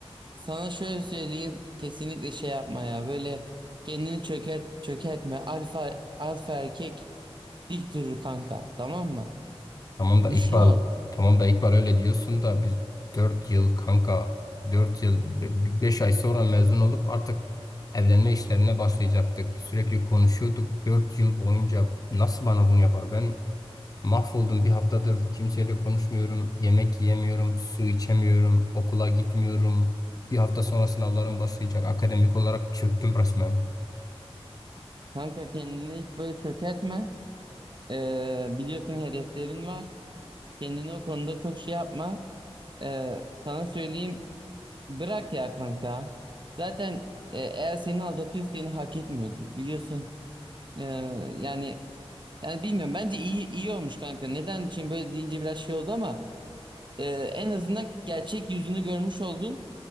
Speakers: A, on the right; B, on the left.
A: sana şöyle söyleyeyim kesinlikle şey yapma ya. Böyle kendini çökert çökertme. Alfa alfa erkek dik durur kanka. Tamam mı?
B: Tamam da
A: Güçlü
B: İkbal
A: ol.
B: tamam da İkbal öyle diyorsun da biz 4 yıl kanka 4 yıl 5 ay sonra mezun olup artık evlenme işlerine başlayacaktık. Sürekli konuşuyorduk 4 yıl boyunca nasıl bana bunu yapar ben Mahvoldum bir haftadır kimseyle konuşmuyorum, yemek yiyemiyorum, su içemiyorum, okula gitmiyorum. Bir hafta sonra sınavlarım başlayacak. Akademik olarak çöktüm resmen.
A: Kanka kendini hiç böyle çökertme. Ee, biliyorsun hedeflerin var. Kendini o konuda çok şey yapma. Ee, sana söyleyeyim bırak ya kanka. Zaten e, eğer seni aldatıyorsa seni hak etmiyordur. Biliyorsun Ee, yani yani bilmiyorum bence iyi iyi olmuş kanka. Neden şimdi böyle deyince biraz şey oldu ama e, en azından gerçek yüzünü görmüş oldun.